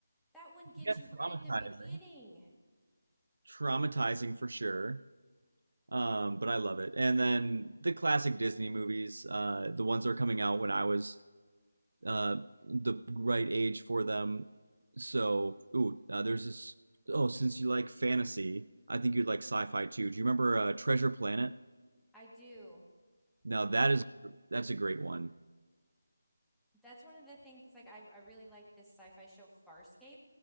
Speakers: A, in the centre; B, on the right.
A: that one gets
B: Yeah,
A: you right
B: traumatizing.
A: at the beginning.
B: Traumatizing for sure. Um, but I love it. And then the classic Disney movies, uh, the ones that were coming out when I was uh, the right age for them. So, ooh, uh, there's this. Oh, since you like fantasy, I think you'd like sci-fi too. Do you remember uh, Treasure Planet?
A: I do.
B: Now that
A: I
B: is that's a great one.
A: that's one of the things like I, I really like this sci-fi show Farscape